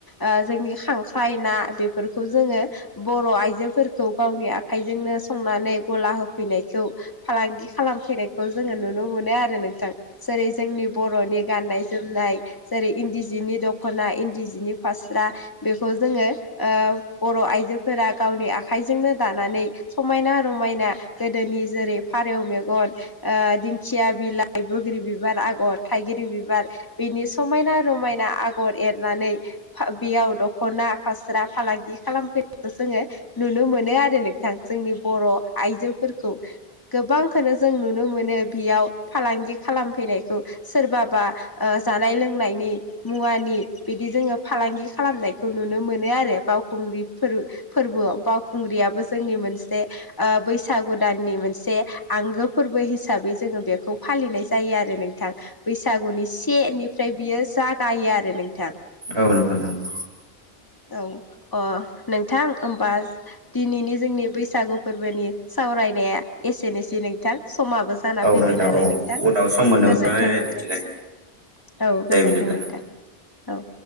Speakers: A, on the left; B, on the right.
A: ओ जोंनि खांख्राइ ना बेफोरखौ जोङो बर' आइजोफोरखौ गावनि आखाइजोंनो संनानै गला होफैनायखौ फालांगि खालामफैनायखौ जोङो नुनो मोनो आरो नोंथां जेरै जोंनि बर'नि गाननाय जोमनाय जेरै इन्दि जिनि दख'ना इन्दि जिनि फास्रा बेखौ जोङो ओ बर' आइजोफोरा गावनि आखाइजोंनो दानानै समायना -रमायना गोदोनि जेरै फारौ मेगन ओ दिंखिया बिलाइ, बोग्रि बिबार आगर, थाइगिर बिबार बिनि समायना -रमायना आगर एरनानै फा बेयाव दख'ना फास्रा फालांगि खालामफैखौ जोङो नुनो मोनो आरो नोंथां जोंनि बर' आइजोफोरखौ। गोबांखौनो जों नुनो मोनो बेयाव फालांगि खालामफैनायखौ सोरबाबा ओ जानाय लोंनायनि मुवानि बिदि जोङो फालांगि खालामनायखौ नुनो मोनो आरो बावखुंग्रिफोर फोरबोआव बावखुंग्रियाबो जोंनि मोनसे ओ बैसागु दाननि मोनसे आंगो फोरबो हिसाबै जोङो बेखौ फालिनाय जायो आरो नोंथां। बैसागुनि सेनिफ्राय बियो जागायो आरो नोंथां।
B: औ नोंगौ नोंगौ
A: औ अ नोंथां होमबा दिनैनि जोंनि बैसागु फोरबोनि सावरायनाया एसेनोसै नोंथां समाबो जाना फैबाय
B: नोंथां
A: नालाय
B: औ
A: नोंथां
B: उनाव सम मोनोब्ला
A: गोजोनथों
B: रायलायफिनसिगोन
A: नोंथांसिम
B: दे
A: औ
B: दे
A: गोजोनथों
B: बिदिब्ला
A: नोंथां। औ